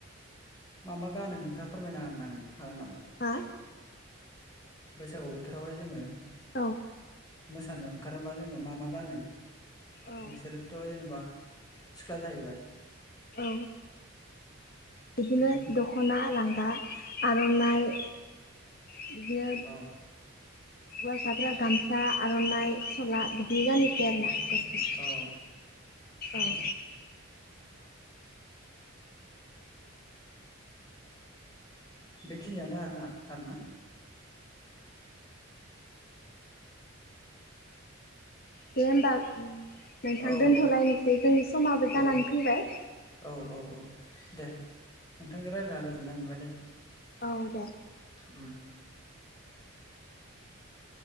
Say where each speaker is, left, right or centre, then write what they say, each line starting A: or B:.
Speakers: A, on the left; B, on the left.
A: मा मा गानो नोंथाङा फोरमायना होनो हागोन नामा?
B: हा
A: बैसागु बोथोरावहाय जोंङो
B: औ
A: मोसानो ओंखारोबा जोंङो मा मा गानो
B: औ
A: नोंसोरथ' जेनेबा सिख्ला जाहैबाय
B: औ बिदिनो
A: उम
B: दखना लां गा आरो आर'ननाय बिदिनो
A: औ
B: होवासाफ्रा गामसा आर'नाइ सला बिदि गानोसै आरोना गस्ला
A: औ
B: औ
A: बेखिनियानो आरोना आरोना
B: दे होमबा नोंथां
A: औ
B: दोन्थ'लायनोसै जोंनि समाबो जानानै
A: औ
B: फैबाय
A: औ औ औ दे नोंथांजों रायज्लायना गोजोननाय मोनबाय दे।
B: औ दे
A: उम। <inaudible>